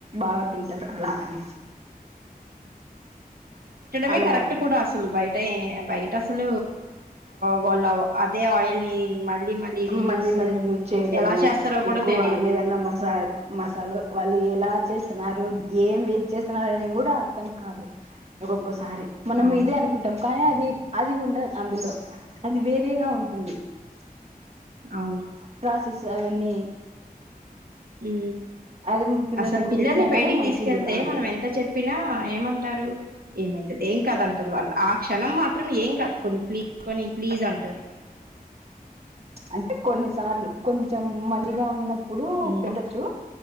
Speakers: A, on the right; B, on the right.
A: బాగా తింటారు అలా అనే
B: మే
A: అలవాటు
B: కరెక్ట్ కూడా అసలు బయట్ ట బయిట అసలు బో అదే ఆయిల్ ని మళ్ళీ రీయూస్
A: మళ్ళీ మళ్ళీ యూజ్ చేయడము
B: ఎలా చేస్తారో కూడా
A: ఎక్కువ
B: తెలీదు
A: ఏదన్నా మసా మసాలా వాళ్ళు ఎలా చేస్తున్నారు ఏం వెసి చేస్తున్నారు అనేది కూడా అర్థం కాదు ఒకోకా సరే మనం
B: అవును
A: ఇదే అనుకుంటాం కానీ అది అది ఉండదు అందులో అది వేరేగా ఉంటుంది <inaudible>
B: అవును
A: ప్రసెస్ అవన్నీ
B: ఉ
A: అది పిల్లలకు
B: అసలు పిల్లల్ని
A: పెట్టినా
B: బయటికి
A: గాని మంచిది
B: తీసుకెళ్తే
A: కాదు
B: మనం ఎంత చెప్పినా ఏమంటారు ఏమైతుంది ఏం కాదంటారు వాళ్ళు ఆ క్షణం మాత్రం ఏం కాదు కొని ప్లీజ్ కొని ప్లీజ్ అంటారు
A: అంటే కొన్నిసార్లు కొంచెం మందిగా ఉన్న ఇప్పుడు
B: ఉమ్
A: పెట్టచ్చు